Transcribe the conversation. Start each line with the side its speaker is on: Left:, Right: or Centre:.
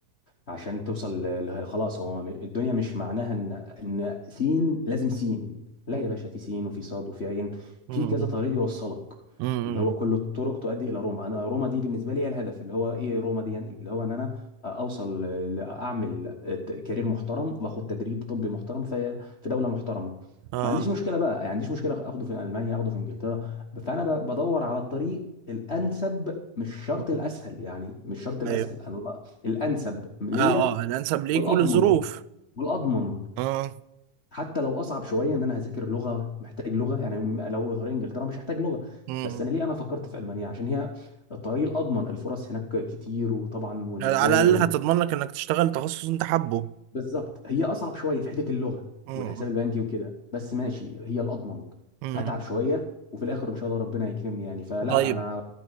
Left: عشان توصل ل... ل- خلاص هو م- الدنيا مش معناها ان ان سين لازم سين لا
Right: مم.
Left: يا باشا في سين وفي صاد وفي عين
Right: مم.
Left: في كذا طريق يوصلك
Right: مم.
Left: اللي هو كل الطرق تؤدي الى روما انا روما دي بالنسبه لي هي الهدف اللي هو ايه روما دي يعني اللي هو ان انا اوصل ل- اعمل ت- كارير محترم واخد تدريب طبي محترم في في دوله محترمه
Right: اه
Left: ما عنديش مشكله بقى يعني ما عنديش مشكله اخده في المانيا اخده في انجلترا فانا ب- بدور على الطريق الانسب مش شرط
Right: مم.
Left: الاسهل يعني مش شرط الاسهل
Right: ايوه
Left: انا لا- الانسب ليا
Right: اه اه الانسب ليك
Left: والاضمن
Right: وللظروف
Left: والاضمن
Right: اه
Left: حتى لو اصعب شويه ان انا هذاكر لغه محتاج لغه يعني م- لو غير انجلترا مش هحتاج لغه
Right: مم.
Left: بس انا ليه انا فكرت في المانيا عشان هي الطريق الاضمن الفرص هناك كتير وطبعا والمزايا
Right: على الاقل
Left: وال...
Right: هتضمن لك انك تشتغل تخصص انت حابه
Left: <laughs> بالظبط هي اصعب شويه في حته اللغه
Right: مم.
Left: والحساب البنكي وكده بس ماشي هي الاضمن
Right: مم.
Left: اتعب شويه وفي الاخر ان شاء الله ربنا يكرمني يعني فلا
Right: طيب
Left: انا